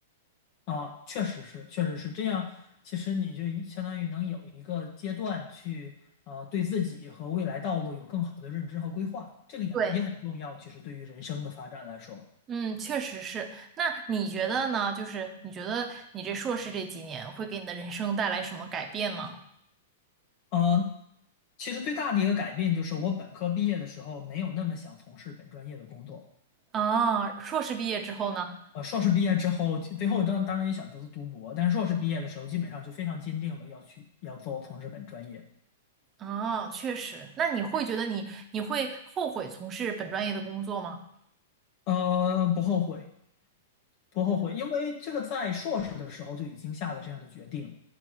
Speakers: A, on the left; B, on the right.
A: 啊，确实是，确实是这样。其实你就一相当于能有一个阶段去，呃，对自己和未来道路有更好的认知和规划，这个也也很重要。
B: 对。
A: 其实对于人生的发展来说，
B: 嗯，确实是。那你觉得呢？就是你觉得你这硕士这几年会给你的人生带来什么改变吗？
A: 呃，其实最大的一个改变就是我本科毕业的时候没有那么想从事本专业的工作。
B: 啊，硕士毕业之后呢？
A: 呃，硕士毕业之后，其最后当当然也选择了读博，但是硕士毕业的时候基本上就非常坚定了要去要做从事本专业。
B: 啊，确实。那你会觉得你你会后悔从事本专业的工作吗？
A: 呃，不后悔。不后悔，因为这个在硕士的时候就已经下了这样的决定。